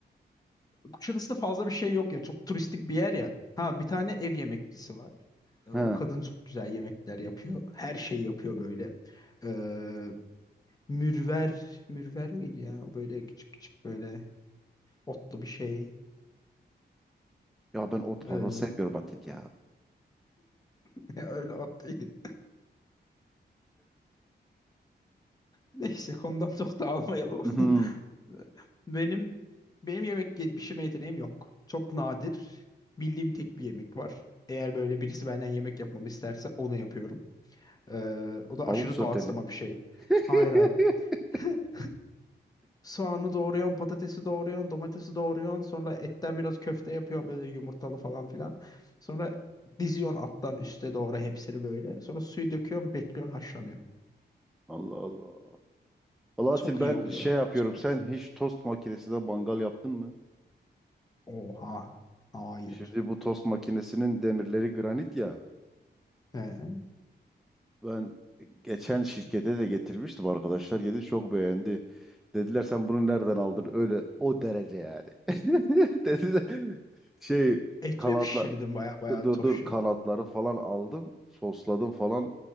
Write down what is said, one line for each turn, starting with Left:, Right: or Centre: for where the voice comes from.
Left: Kuşadası'nda fazla bir şey yok ya. Çok turistik bir yer ya. Ha bir tane ev yemekçisi var. Ee,
Centre: He.
Left: o kadın çok güzel yemekler yapıyor. Her şeyi yapıyor böyle. Ee, mürver, mürver miydi ya? O böyle küçük küçük böyle otlu bir şey.
Centre: Ya ben ot
Left: Ee,
Centre: fazla sevmiyorum Atil ya.
Left: <laughs> öyle ot değil. Neyse konudan çok da almayalım.
Centre: Hı hı.
Left: <laughs> Benim benim yemek ye- pişirme yeteneğim yok. Çok nadir. Bildiğim tek bir yemek var. Eğer böyle birisi benden yemek yapmamı isterse onu yapıyorum. Ee, o da
Centre: Tavuk
Left: aşırı
Centre: sote
Left: doğaçlama
Centre: mi?
Left: bir şey.
Centre: <laughs>
Left: Hayır hayır. <laughs> Soğanı doğruyorsun, patatesi doğruyorsun, domatesi doğruyorsun. Sonra etten biraz köfte yapıyorsun böyle yumurtalı falan filan. Sonra diziyorsun alttan üste doğru hepsini böyle. Sonra suyu döküyorsun, bekliyorsun haşlanıyor.
Centre: Allah Allah. Alaaddin
Left: Çok
Centre: ben
Left: iyi oluyor.
Centre: şey yapıyorum.
Left: Sonra-
Centre: Sen hiç tost makinesinde mangal yaptın mı?
Left: Oha. Hayır.
Centre: Şimdi bu tost makinesinin demirleri granit ya.
Left: He.
Centre: Ben geçen şirkete de getirmiştim arkadaşlar. Yedi çok beğendi. Dediler sen bunu nereden aldın? Öyle o derece yani. <laughs> Dediler şey
Left: Et
Centre: kanatla
Left: mi pişirdin baya baya
Centre: dur
Left: tof
Centre: dur
Left: şey?
Centre: kanatları falan aldım. Sosladım falan.